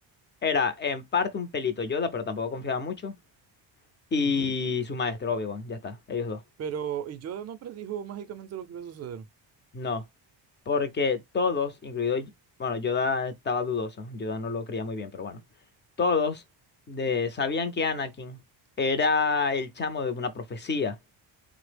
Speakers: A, on the left; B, on the right.
A: era en parte un pelito Yoda, pero tampoco confiaba mucho, y
B: ujú.
A: su maestro Obi-Wan, ya está, ellos dos.
B: Pero, y yo no predijo mágicamente lo que iba a suceder.
A: No, porque todos, incluido, Y- bueno, Yoda estaba dudoso, Yoda no lo creía muy bien, pero bueno, todos de- sabían que Anakin era el chamo de una profecía.